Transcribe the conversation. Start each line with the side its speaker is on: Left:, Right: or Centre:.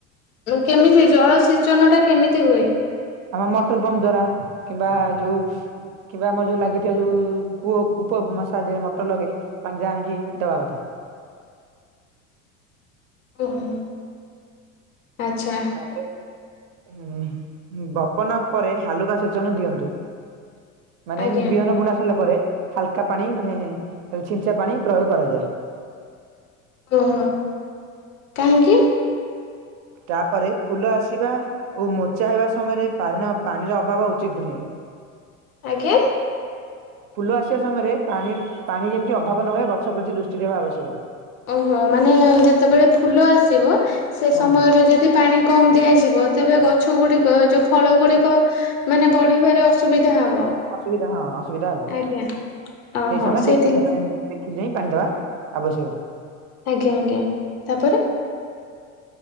Left: କେମିତି ଜଳସେଚନ ଟା କେମିତି ହୁଏ?
Right: ଆମ ମଟର ପମ୍ପ ଦ୍ଵାରା କିମ୍ବା ଯୋଉ କିମ୍ବା ଆମର ଯୋଉ ଲାଗିଥିବା ଯୋଉ କୂଅ କୂପ ମାସା ଦେଇ ମଟର ଲଗେଇ ପାଣି ଦେ ଆଣିଲି ଦବା କଥା।
Left: ଓହୋ। ଆଚ୍ଛା
Right: ତାପରେ ହଁ ବପନ ପରେ ହାଲୁକା ସେଚନ ଦିଅନ୍ତୁ। ମାନେ
Left: ଆଜ୍ଞା
Right: ବିହନ ବୁଣା ସରିଲା ପରେ ହାଲକା ପାଣି ମାନେ ଖାଲ୍ ଛିଞ୍ଚା ପାଣି ପ୍ରୟୋଗ କରାଯାଏ।
Left: ଓହୋ କାହିଁକି?
Right: ତାପରେ ଫୁଲ ଆସିବା ଓ ମୋଚା ହେବା ସମୟରେ ପାରିର ପାଣିର ଅଭାବ ଉଚିତ ନୁହେଁ।
Left: ଆଜ୍ଞା।
Right: ଫୁଲ ଆସିବା ସମୟରେ ପାଣିରୁ ପାଣି ଯେମିତି ଅଭାବ ନ ହୁଏ ଗଛ ପ୍ରତି ଦୃଷ୍ଟି ଦେବା ଆବଶ୍ୟକ।
Left: ଓହୋ ମାନେ ଯେତେବେଳେ ଫୁଲ ଆସିବ ସେ ସମୟରେ
Right: ହଁ।
Left: ଯଦି ପାଣି କମ୍ ଦିଆଯିବ ତେବେ ଗଛ ଗୁଡ଼ିକ ଯୋଉ ଫଳ ଗୁଡ଼ିକ ମାନେ ବଢ଼ିବାରେ ଅସୁବିଧା ହବ।
Right: ଅସୁବିଧା ହଁ ଅସୁବିଧା ହବ।
Left: ଆଜ୍ଞା ଓହୋ
Right: ସେଇ ସମୟରେ
Left: ସେଇଥିଲାଗି
Right: ଦେଖି ଦେଖି ଚାଇଁ ପାଣି ଦବା ଆବଶ୍ୟକ।
Left: ଆଜ୍ଞା ଆଜ୍ଞା, ତାପରେ?